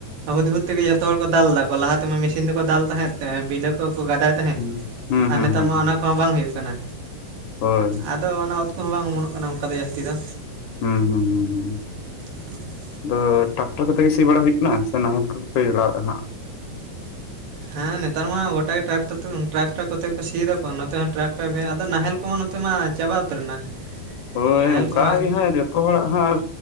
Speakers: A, on the right; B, on the left.
A: ᱦᱩᱫᱽᱼᱦᱩᱫᱽ ᱛᱮᱜᱮ ᱡᱚᱛᱚ ᱦᱚᱲ ᱠᱚ ᱫᱟᱞ ᱫᱟᱠᱚ ᱞᱟᱦᱟᱛᱮᱢᱟ ᱢᱤᱥᱤᱱ ᱛᱮᱠᱚ ᱫᱟᱞ ᱛᱟᱦᱮᱸᱜ ᱛᱮ ᱵᱤᱱᱰᱟᱹ ᱠᱚᱠᱚ ᱜᱟᱫᱟᱭ ᱛᱟᱦᱮᱸᱫ ᱾
B: ᱦᱩᱸ <unintelligible>
A: ᱟᱨ ᱱᱮᱛᱟᱨ
B: ᱦᱩᱸ
A: ᱢᱟ
B: ᱦᱩᱸ
A: ᱚᱱᱟ ᱠᱚᱢᱟ ᱵᱟᱝ ᱦᱩᱭᱩᱜ ᱠᱟᱱᱟ,
B: ᱦᱳᱭ
A: ᱟᱫᱚ ᱚᱱᱟ ᱩᱫᱽ ᱠᱚᱦᱚᱸ ᱵᱟᱝ ᱚᱢᱚᱱᱚᱜ ᱠᱟᱱᱟ ᱚᱱᱠᱟ ᱫᱚ ᱡᱟᱹᱥᱛᱤ ᱫᱚ
B: ᱦᱩᱸ, ᱦᱩᱸ, ᱦᱩᱸ, ᱦᱩᱸ,
A: ᱦᱮᱸ <unintelligible>
B: ᱟᱫᱚ ᱴᱟᱠᱴᱚᱨ ᱠᱚᱛᱮ ᱜᱮ ᱥᱤ ᱵᱟᱲᱟ ᱦᱩᱭᱩᱜ ᱠᱟᱱᱟ ᱥᱮ ᱱᱟᱦᱮᱞ ᱠᱚᱯᱮ <unintelligible> ‌ ᱦᱟᱸᱜ?
A: ᱦᱮᱸ ᱱᱮᱛᱟᱨ ᱢᱟ ᱜᱚᱴᱟ ᱜᱮ ᱴᱨᱟᱠᱴᱚᱨ ᱠᱚᱛᱮ ᱠᱚ ᱥᱤᱭ ᱮᱫᱟᱠᱚ ᱱᱚᱛᱮ ᱦᱚᱸ ᱴᱨᱟᱠᱴᱚᱨ ᱜᱮ ᱟᱫᱚ ᱱᱟᱦᱮᱞ ᱠᱚᱦᱚᱸ ᱱᱚᱛ ᱛᱮ ᱢᱟ ᱪᱟᱵᱟ ᱩᱛᱟᱹᱨ ᱮᱱᱟ᱾
B: ᱦᱳᱭ
A: ᱱᱟᱦᱮᱞ
B: ᱚᱱᱠᱟ
A: ᱠᱚᱢᱟ
B: ᱜᱮ ᱦᱟᱸᱜ ᱡᱚᱛᱚ ᱦᱚᱲᱟᱜ ᱦᱟᱜ ᱟᱨ